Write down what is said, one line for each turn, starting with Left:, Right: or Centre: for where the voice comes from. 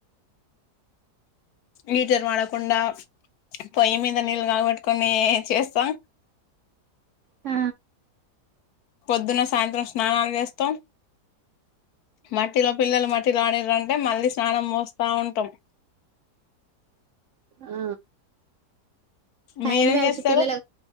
Left: హిటర్ వాడకుండ పోయ్యి మింద నీళ్లు కాగబెట్టుకొని చేస్తాం.
Right: ఆ
Left: పొద్దున్న సాయంత్రం స్నానాల్చేస్తాం. మట్టిలో పిల్లలు మట్ ట్టిలో ఆడిర్రంటే అంటే మళ్ళీ స్నానం పోస్తా ఉంటాం.
Right: ఆ హ్యాండ్
Left: మీరేం
Right: వ్యాష్
Left: చేస్తారు
Right: పిల్లల